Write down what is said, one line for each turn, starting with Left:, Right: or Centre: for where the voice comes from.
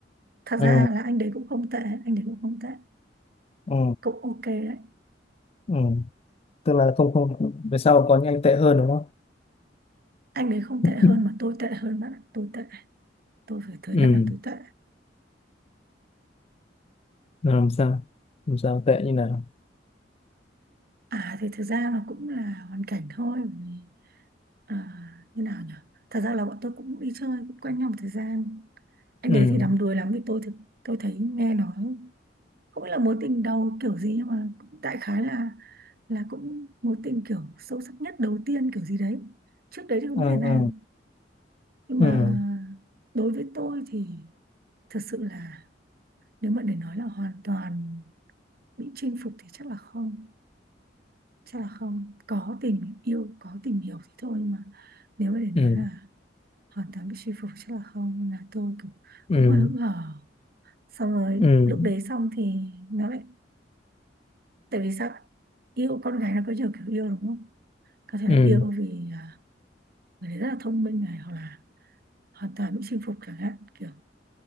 Right: thật ra
Left: ừ
Right: là anh đấy cũng không tệ anh đấy cũng không tệ
Left: ừ,
Right: cũng ok đấy
Left: ừ. tức là không không về sau có những anh tệ hơn đúng không
Right: anh ấy không tệ
Left: <laughs>
Right: hơn mà tôi tệ hơn bạn ạ. tôi tệ tôi phải thừa
Left: ừ
Right: nhận là tôi tệ
Left: là làm sao làm sao tệ như nào
Right: à thì thực ra nó cũng là hoàn cảnh thôi Bởi vì, à, như nào nhỉ thật ra là bọn tôi cũng đi chơi cũng quen nhau một thời gian anh
Left: ừ
Right: đấy thì đắm đuối lắm vì tôi thực tôi thấy nghe nói không phải là mối tình đầu kiểu gì nhưng mà cũng đại khái là là cũng mối tình kiểu sâu sắc nhất đầu tiên kiểu gì đấy trước đấy thì không
Left: ừ
Right: biết thế nào
Left: ừ
Right: nhưng
Left: ừ
Right: mà đối với tôi thì thật sự là nếu mà để nói là hoàn toàn bị chinh phục thì chắc là không chắc là không có tình yêu có tình hiểu thì thôi mà nếu mà để nói
Left: ừ
Right: là hoàn toàn bị chinh phục chắc là không Nên là tôi cũng, cũng
Left: ừ
Right: hơi hững hờ xong rồi
Left: ừ
Right: lúc đấy xong thì nó lại tại vì sao yêu con gái nó có nhiều kiểu yêu đúng không có thể
Left: ừ
Right: là
Left: ừ
Right: yêu vì à, người đấy rất là thông minh này hoặc là hoàn toàn bị chinh phục chẳng hạn kiểu